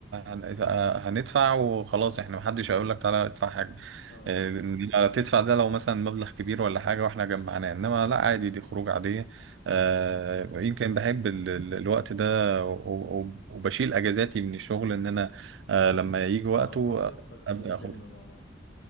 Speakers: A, on the right; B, on the left.
A: هن- آه، هندفع وخلاص احنا محدش هيقول لك تعالى ادفع حاجة
B: أه
A: آه، لا، تدفع ده لو مثلا مبلغ كبير ولا حاجة واحنا جمعناه انما لا عادي دي خروج عادية آه، يمكن بحب ال- ال- الوقت ده و- و- وبشيل اجازاتي من الشغل ان انا آه، لما يجي وقته
B: أه المصيف فتلم
A: ابدا اخدها
B: مع بعض